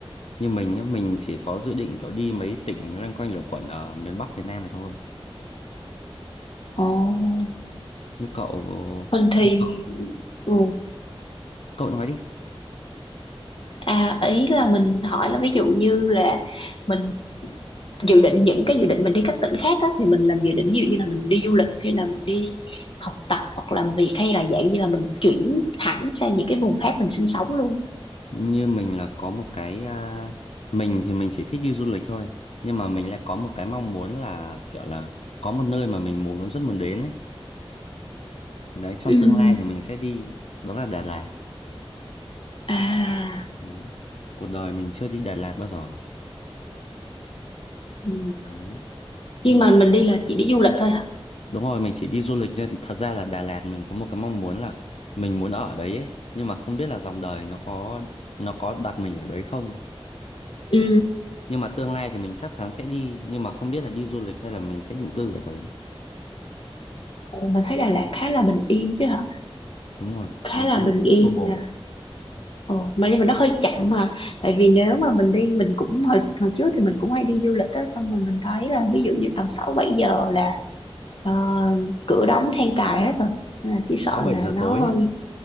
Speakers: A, on the left; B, on the left.
A: như mình nhá mình chỉ có dự định kiểu đi mấy tỉnh loanh quanh lẩn quẩn ở miền Bắc Việt Nam này thôi
B: Ồ,
A: như cậu
B: mình thì
A: như cậu
B: ừ.
A: cậu nói đi
B: à ý là mình hỏi là ví dụ như là mình dự định những cái dự định mình đi các tỉnh khác á, thì mình làm dự định ví dụ như là mình đi du lịch hay là mình đi học tập hoặc làm việc hay là dạng như là mình chuyển hẳn sang những cái vùng khác mình sinh sống luôn
A: như mình là có một cái à, mình thì mình chỉ thích đi du lịch thôi nhưng mà mình lại có một cái mong muốn là kiểu là có một nơi mà mình muốn rất muốn đến ấy đấy trong
B: Ừ.
A: tương lai thì mình sẽ đi đó là Đà Lạt
B: À.
A: Ừ. cuộc đời mình chưa đi Đà Lạt bao giờ
B: Ừ.
A: đấy Nên
B: Nhưng
A: là
B: mà mình đi là chỉ đi du lịch thôi hả?
A: Đúng rồi, mình chỉ đi du lịch nên thật ra là Đà Lạt mình có một cái mong muốn là mình muốn ở đấy ấy, nhưng mà không biết là dòng đời nó có nó có đặt mình ở đấy không.
B: Ừ.
A: Nhưng mà tương lai thì mình chắc chắn sẽ đi, nhưng mà không biết là đi du lịch hay là mình sẽ định cư ở đấy.
B: Ồ, Mình thấy Đà Lạt khá là bình yên chứ hả?
A: Đúng rồi,
B: Khá
A: mình
B: là
A: đi
B: bình
A: cũng
B: yên
A: xô bồ
B: nè. Ồ, mà nhưng mà nó hơi chậm mà. Tại vì nếu mà mình đi mình cũng hồi, hồi trước thì mình cũng hay đi du lịch á xong rồi mình thấy là ví dụ như tầm 6 7 giờ là ờ, cửa đóng then cài hết rồi. Nên là chỉ sợ
A: sáu bảy
B: là
A: giờ
B: nó
A: tối
B: hơi
A: ấy.